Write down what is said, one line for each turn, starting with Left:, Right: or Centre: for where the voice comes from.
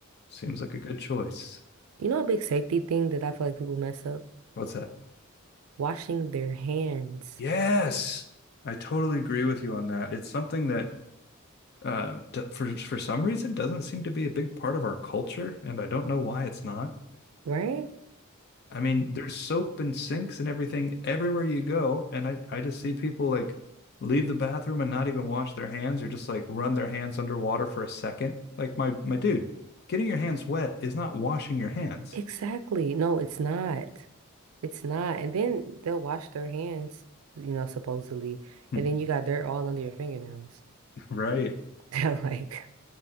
Left: seems like a good choice.
Right: You know, a big safety thing that I feel like people mess up?
Left: What's that?
Right: Washing their hands,
Left: Yes. I totally agree with you on that. It's something that uh, for for some reason doesn't seem to be a big part of our culture, and I don't know why it's not.
Right: right?
Left: I mean, there's soap and sinks and everything everywhere you go, and I I just see people like leave the bathroom and not even wash their hands or just like run their hands underwater for a second. Like my my dude, getting your hands wet is not washing your hands.
Right: Exactly. No, it's not. It's not. And then they'll wash their hands, you know, supposedly.
Left: <laughs>
Right: And then you got dirt all under your fingernails.
Left: Right.
Right: <laughs> They're like,